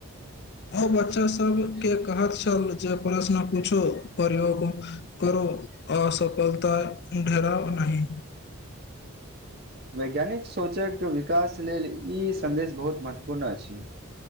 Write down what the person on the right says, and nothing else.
वैज्ञानिक सोच कऽ विकास लेलऽ ई संन्देश बहुत महत्वपूर्ण अछि